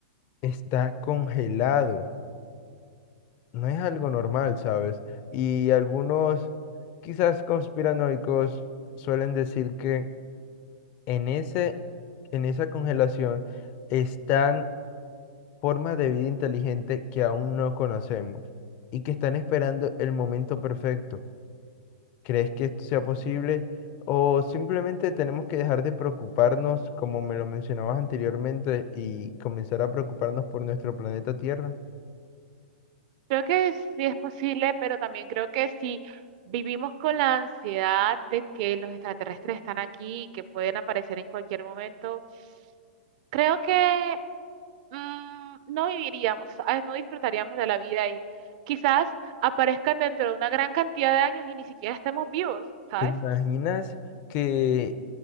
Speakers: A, on the left; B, on the right.
A: está congelado. No es algo normal, ¿sabes? Y algunos, quizás conspiranoicos, suelen decir que en ese, en esa congelación están formas de vida inteligente que aún no conocemos y que están esperando el momento perfecto ¿Crees que esto sea posible? ¿O simplemente tenemos que dejar de preocuparnos, como me lo mencionabas anteriormente, y comenzar a preocuparnos por nuestro planeta Tierra?
B: Creo que sí es posible, pero también creo que si vivimos con la ansiedad de que los extraterrestres están aquí y que pueden aparecer en cualquier momento. Creo que mm, no viviríamos, ¿sabes? No disfrutaríamos de la vida y quizás aparezcan dentro de una gran cantidad de años y ni siquiera estemos vivos, ¿sabes?
A: ¿Te imaginas que